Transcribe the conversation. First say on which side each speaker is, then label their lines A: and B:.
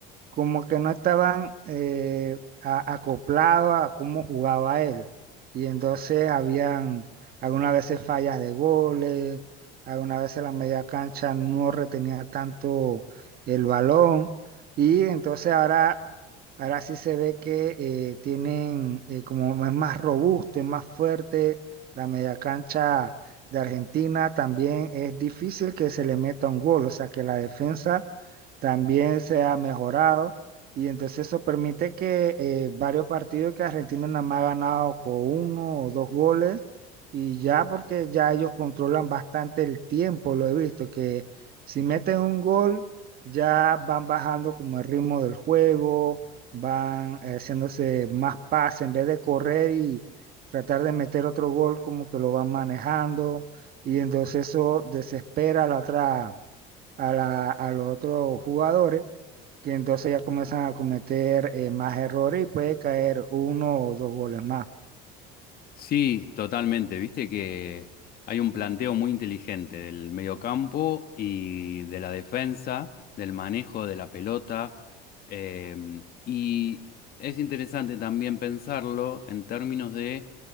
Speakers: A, on the right (about 45°); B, on the left (about 45°).
A: como que no estaban eh, a- acoplados a cómo jugaba él. Y entonces habían algunas veces fallas de goles, algunas veces la media cancha no retenía tanto el balón. Y entonces ahora, ahora sí se ve que eh, tienen, eh, como es más robusto, es más fuerte, la media cancha de Argentina también es difícil que se le meta un gol, o sea que la defensa también se ha mejorado y entonces eso permite que eh, varios partidos que Argentina nada más ha ganado con uno o dos goles y ya porque ya ellos controlan bastante el tiempo, lo he visto, que si meten un gol ya van bajando como el ritmo del juego, van eh, haciéndose más pases en vez de correr y tratar de meter otro gol como que lo van manejando y entonces eso desespera a la otra a, la- a los otros jugadores, que entonces ya comienzan a cometer eh, más errores y puede caer uno o dos goles más.
B: Sí, totalmente. Viste que hay un planteo muy inteligente del mediocampo y de la defensa, del manejo de la pelota. eh, y es interesante también pensarlo en términos de